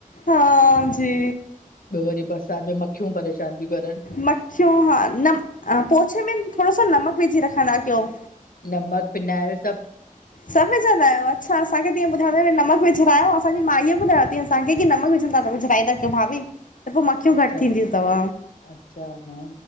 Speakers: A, on the left; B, on the left.
A: ह जी
B: ॿियों वरी बरसात में मखियूं परेशान थियूं करन।
A: मखियूं हा न पोछे में थोरो सो नमक विझी रखंदा कयो।
B: नमक फीनाईल
A: सभु विझंदा आहियो अच्छा असांखे तीअं ॿुधाईंद नमक विझरायो असांजी माई ॿधाय अ थी असांखे की नमक विझंदा विझड़ाईंदा कयो भाभी। त पोइ मखियूं
B: अच्छा
A: घटि थींदियूं थव
B: अच्छा हा